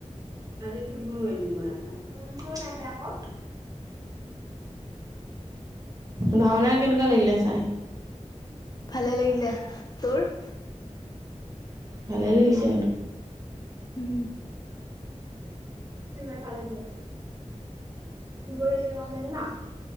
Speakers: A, on the right; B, on the left.
A: আজি <unintelligible> ফুৰিব নোৱাৰিলি নোৱাৰ নায় আকৌ <unintelligible> ভাওনা কেনেকুৱা লাগিলে চাই?
B: ভাল লাগিলে। তোৰ?
A: ভালে লাগিছে
B: উম
A: শবাৰ <unintelligible> কালে বলে দুপৰীয়া কে খাব লাগে জান